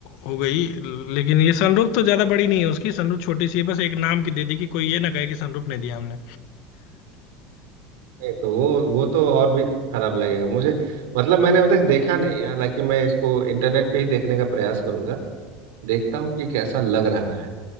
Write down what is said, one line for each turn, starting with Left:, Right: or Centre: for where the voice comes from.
Left: हो गई लेकिन ये सनरूफ तो ज्यादा बड़ी नहीं है उसकी सनरूफ छोटी सी है बस एक नाम की दे दी कि कोई ये ना कहे कि सनरूफ नहीं दिया हमने
Right: नहीं तो वो वो तो और भी खराब लगेगा मुझे मतलब मैंने अभी तक देखा नहीं है हालांकि मैं इसको इंटरनेट पे ही देखने का प्रयास करूंगा देखता हूँ कि कैसा लग रहा है